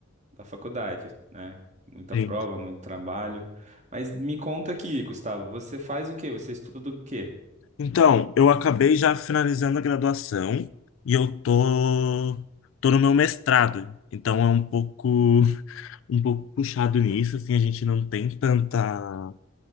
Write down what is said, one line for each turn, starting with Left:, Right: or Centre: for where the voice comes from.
Right: da faculdade, né? Muita
Left: sim.
Right: prova, muito trabalho. Mas me conta aqui, Gustavo, você faz o quê? Você estuda o quê?
Left: Então, eu acabei já finalizando a graduação e eu tô, tô no meu mestrado. Então é um pouco <laughs> um pouco puxado nisso, assim, a gente não tem tanta